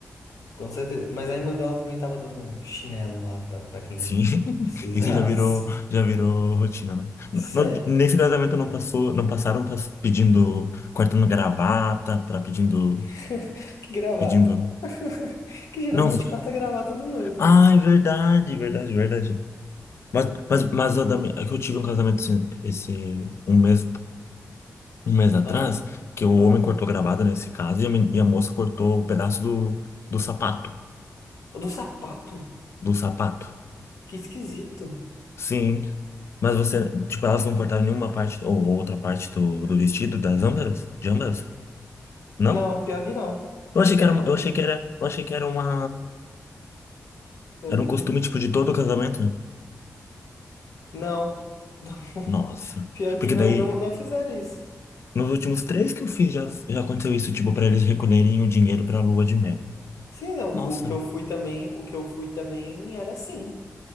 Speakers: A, on the left; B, on the left.
A: Com certeza. Mas a irmã dela também tava dando chinelo lá pra, pra quem
B: Sim, <laughs>
A: precisasse.
B: isso já virou, já virou rotina, né?
A: Sé.
B: No- nesse casamento não passou, não passaram pas- pedindo, cortando gravata, para pedindo,
A: <laughs> Que gravata.
B: pedindo.
A: <laughs> Que geralmente
B: Não, zo-
A: corta a gravata do noivo,
B: ah,
A: né?
B: é verdade, verdade, verdade. Mas, mas, mas eu, também- é que eu tive um casamento esse, esse um mês um mês atrás
A: Ah,
B: que o
A: ah.
B: homem cortou gravata nesse caso e a, men- e a moça cortou o pedaço do, do sapato.
A: O do sapato?
B: Do sapato.
A: Que esquisito.
B: Sim. Mas você, tipo, elas não cortaram nenhuma parte ou outra parte do, do vestido das ambas? De ambas? Não?
A: Não, pior que não.
B: Eu achei
A: Pior
B: que era,
A: que
B: uma-
A: não.
B: eu achei que era, eu achei que era uma,
A: Pior
B: era
A: que
B: um costume,
A: não.
B: tipo, de todo casamento.
A: Não. <laughs>
B: Nossa.
A: Pior que
B: Porque
A: não,
B: daí,
A: não, não fizeram isso.
B: nos últimos três que eu fiz, já, já aconteceu isso, tipo, pra eles recolherem o dinheiro pra lua de mel.
A: Sim, não.
B: Nossa.
A: O que eu fui também, o que eu fui também era assim.